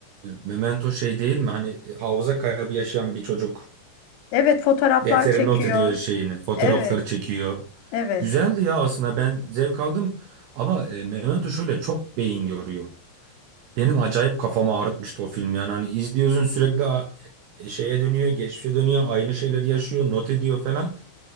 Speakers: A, on the right; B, on the left.
A: Memento şey değil mi? Hani e, hafıza kaybı yaşayan bir çocuk
B: Evet, fotoğraflar
A: deftere
B: çekiyor.
A: not ediyor her şeyini. Fotoğrafları
B: Evet,
A: çekiyor.
B: evet.
A: Güzeldi ya aslında ben zevk aldım. Ama e, Memento şöyle çok beyin yoruyor. Benim acayip kafamı ağrıtmıştı o film yani. Hani izliyorsun sürekli a- e, şeye dönüyor, geçmişe dönüyor, aynı şeyleri yaşıyor, not ediyor falan.